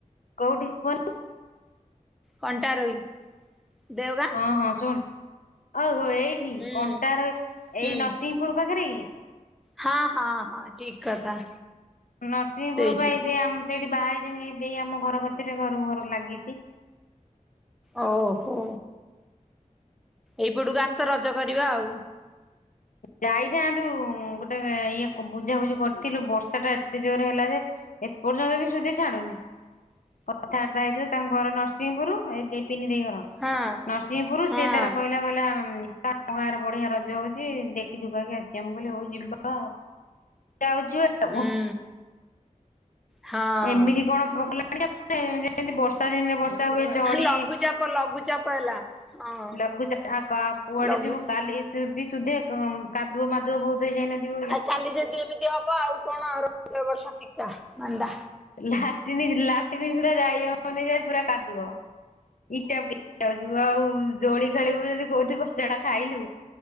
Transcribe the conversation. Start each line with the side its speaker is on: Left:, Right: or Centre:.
Left: କୋଉଠି କୁଅ
Centre: କଣ୍ଟାରୋହି ଦେଓଗାଁ।
Left: ହଁ ହଁ ଶୁଣ ଓହୋ ଏଇଠି
Centre: ହୁଁ
Left: କଣ୍ଟାରୋହୀ
Centre: ହୁଁ।
Left: ଏଇ ନରସିଂହପୁର ପାଖରେ କି?
Centre: ହଁ ହଁ ହଁ ଠିକ କଥା।
Left: ନରସିଂହପୁର
Centre: ସେଇଠି
Left: ପା ଏଇ ସେ ସେଇଠି ବାହା ହେଇଛନ୍ତି ଦେଇ ଆମ ଘର କତିରେ ଘରକୁ ଘର ଲାଗିଛି।
Centre: ଓହୋ। ଏଇପଟକୁ ଆସ ରଜ କରିବା ଆଉ
Left: ଯାଇଥାନ୍ତୁ ଗୋଟେ ଇଏକୁ ବୁଝାବୁଝି କରିଥିଲୁ ବର୍ଷାଟା ଏତେ ଜୋର ହେଲା ଯେ ଏପର୍ଯ୍ୟନ୍ତ ବି ସୁଧି ଛାଡୁନି।
Centre: ହ <unintelligible>
Left: କଥାବାର୍ତ୍ତା ହେଇଥିଲେ ତାଙ୍କ ଘର ନରସିଂହପୁର ଏଇ ଦେଇ ପିନି ଦେଇ ଘର।
Centre: ହଁ
Left: ନରସିଂହପୁରୁ
Centre: ହଁ।
Left: ସିଏ ତାର କହିଲା କହିଲା ଆମ ଗାଁରେ ବଢିଆ ରଜ ହଉଛି ଦେ ଜିବାକି ଆସିବା ମୁଁ କହିଲି ହଉ ଯିବା ଯାଉଛୁବା
Centre: ହୁଁ ହଁ
Left: ଏମିତି କଣ? ଆ କଲାଣି ଯେମିତି ବର୍ଷା ଦିନରେ ବର୍ଷା ହୁଏନା। ଝଢି
Centre: ଲଘୁଚାପ ଲଘୁଚାପ ହେଲା। ହଁ
Left: ଲଘୁଚା ଯାଠାକ କୁଆଡେ
Centre: ଲଘୁ
Left: ଯିବୁ କାଲି? ସେବି ସୁଧେ କାଦୁଅ ମାଦୁଆ ବହୁତ ଧୋଇ ଯାଇ ନଥିବ।
Centre: ଆଉ କାଲି ଯଦି ଏମିତି ହବ ଆଉ କଣ ଏ ବର୍ଷ ଫିକା ମାନ୍ଦା।
Left: ଲାଟିନୀ ଲାଟନୀ ସୁଦ୍ଧା ଯାଇ ହବନି ଯେ ପୁରା କାଦୁଅ। ଇଟା ଯାଉଛୁ ଆଉ ଦୋଳି ଖେଳିିବୁ ଯଦି କୋଉଠି କଚଡା ଖାଇଲୁ?